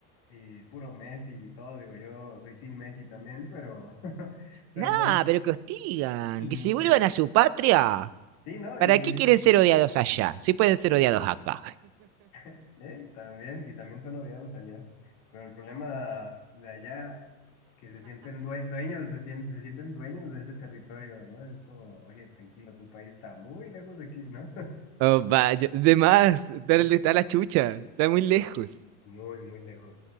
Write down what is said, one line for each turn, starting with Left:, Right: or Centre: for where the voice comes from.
Left: y puro Messi y todo, digo, yo soy Team Messi también, pero, <laughs> pero
Right: Nah,
Left: son...
Right: pero que hostigan,
Left: impre
Right: que se vuelvan a su patria.
Left: Sí, ¿no?
Right: ¿Para
Left: Y,
Right: qué quieren ser odiados allá? Si pueden ser odiados acá.
Left: y- eh, también, y también son odiados allá. Pero el problema de allá, que se sienten due- dueños, se, tien- se sienten dueños de ese territorio, ¿no? Es como, oye, tranquilo, tu país está muy lejos de aquí, ¿no?
Right: Oh, vaya, de más, dale,
Left: <laughs>
Right: está la chucha, está muy lejos.
Left: Muy, muy lejos.